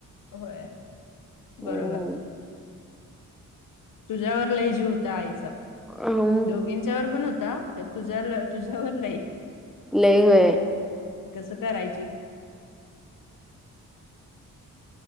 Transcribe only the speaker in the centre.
हम्म
अह म
लय होय